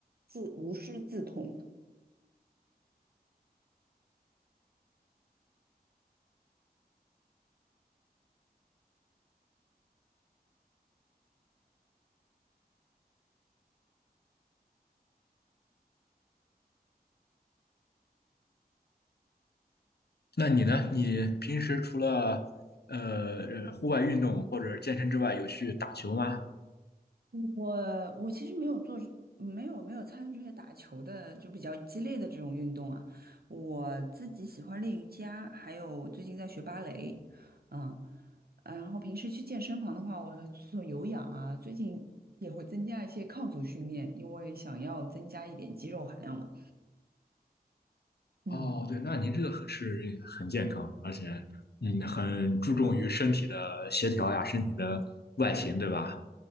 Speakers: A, on the right; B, on the left.
A: 自无师自通？
B: 那你呢？你平时除了呃呃户外运动或者健身之外，有去打球吗？
A: 我我其实没有做，没有没有参与这些打球的，就比较激烈的这种运动啊。我自己喜欢练瑜伽，还有最近在学芭蕾，嗯，然后平时去健身房的话，我会做有氧啊，最近也会增加一些抗阻训练，因为想要增加一点肌肉含量嘛。嗯，
B: 哦，对，那您这个很是很健康，而且嗯很注重于身体的协调呀，身体的外形，对吧？